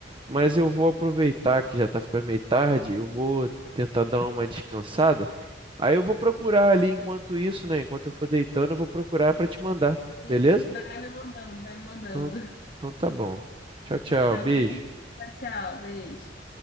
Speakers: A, on the right; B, on the left.
A: Mas eu vou aproveitar que já tá ficando meio tarde, eu vou tentar dar uma descansada. Aí eu vou procurar
B: Isso,
A: ali enquanto isso, né? Enquanto eu for deitando, eu vou procurar para te mandar,
B: isso.
A: beleza?
B: Vai me mandando, vai me mandando.
A: Então, então tá bom. Tchau, tchau,
B: Tá
A: beijo.
B: bom? Tchau, tchau, beijo.